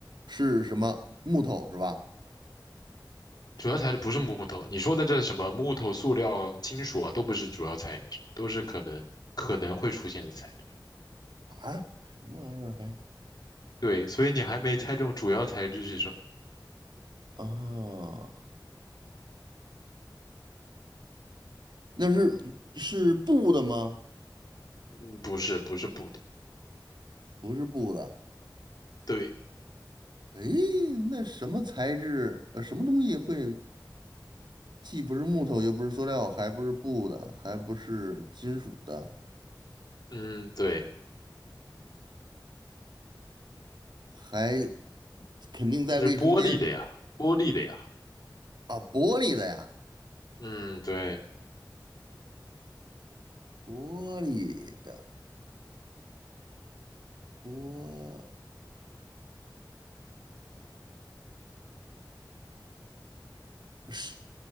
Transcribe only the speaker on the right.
是什么？木头是吧？
啊，什么玩意儿还
啊？那是是布的吗？
不是布的。
诶，那什么材质？呃，什么东西会？既不是木头，又不是塑料，还不是布的，还不是金属的，
还肯定在卫生间里
啊，玻璃的呀，
玻璃的，玻是